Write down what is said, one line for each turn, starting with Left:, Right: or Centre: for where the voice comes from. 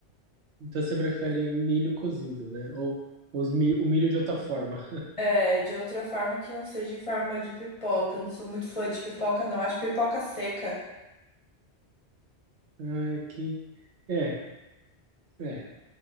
Right: Então você prefere o milho cozido, né? Ou os mi- o milho de outra forma.
Left: É, de outra forma que não seja em forma de pipoca. Não sou muito fã de pipoca, não. Acho pipoca seca.
Right: Ai, que. É, é.